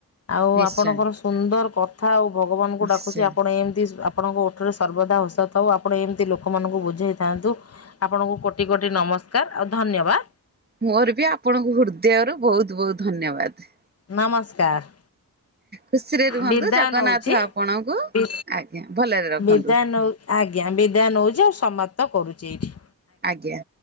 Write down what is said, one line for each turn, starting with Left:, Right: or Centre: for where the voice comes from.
Left: ଆଉ
Right: ନିଶ୍ଚୟ
Left: ଆପଣଙ୍କର ସୁନ୍ଦର କଥା ଆଉ ଭଗବାନଙ୍କୁ
Right: ନିଶ୍ଚୟ।
Left: ଡାକୁଛି ଆପଣ ଏମିତିସ୍ ଆପଣଙ୍କ ଓଠରେ ସର୍ବଦା ହସ ଥାଉ ଆପ ଆପଣ ଏମିତି ଲୋକମାନଙ୍କୁ ବୁଝେଇଥାନ୍ତୁ ଆପଣଙ୍କୁ କୋଟି କୋଟି ନମସ୍କାର ଆଉ ଧନ୍ୟବାଦ।
Right: ମୋର ବି ଆପଣଙ୍କୁ ହୃଦୟରୁ ବୋହୁତ ବୋହୁତ ଧନ୍ୟବାଦ।
Left: ନମସ୍କାର।
Right: ଖୁସିରେ ରୁହନ୍ତୁ
Left: ବିଦାୟ
Right: ଜଗନ୍ନାଥ
Left: ନଉଛି
Right: ଆପଣଙ୍କୁ
Left: ବି
Right: ଆଜ୍ଞା ଭଲରେ ରଖନ୍ତୁ।
Left: ବିଦାୟ ନଉ ଆଜ୍ଞା ବିଦାୟ ନୋଉଛି ଆଉ ସମାପ୍ତ କରୁଛି ଏଇଠି।
Right: ଆଜ୍ଞା।